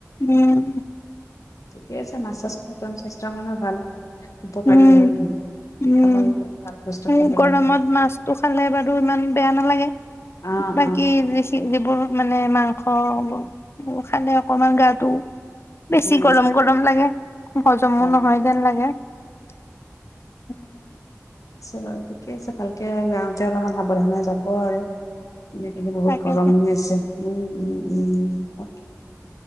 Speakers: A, on the left; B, on the left.
A: উম
B: ঠিকেই আছে নাচ চাচ স্বাস্থ্যৰ মেও ভাল উপকাৰী
A: উম
B: হয়
A: উম
B: খাব লাগে ভাল বস্তু
A: এই
B: খাব
A: গৰমত
B: লাগে।
A: মাছতটো খালে বাৰু ইমান বেয়া নালাগে
B: অ',
A: বাকী
B: অ',
A: যিবোৰ মানে মাংস খালে অকমান গাটো বেছি
B: উম,
A: গৰম গৰম লাগে হজমো
B: হয়।
A: নহয় যেন লাগে উম
B: আহিছো বাৰুঠিকে আছে ভালকে গাওঁতে অলপমান সাৱধানে যাব আৰু এই কেইদিনবহুত
A: তাকেটো
B: গৰম হৈ আছে উ উ উ